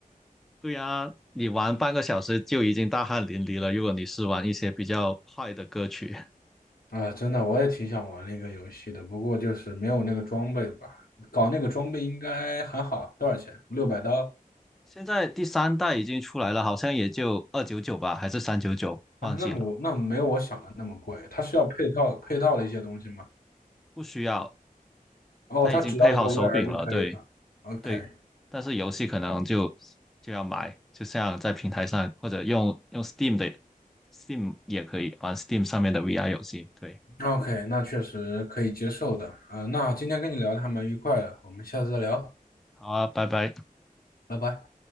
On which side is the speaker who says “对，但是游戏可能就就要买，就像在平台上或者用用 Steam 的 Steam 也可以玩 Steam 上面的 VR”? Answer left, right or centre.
Centre